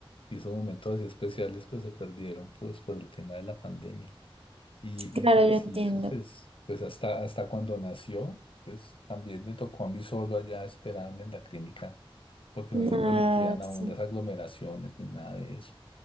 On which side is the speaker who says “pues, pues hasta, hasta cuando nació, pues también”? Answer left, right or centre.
Left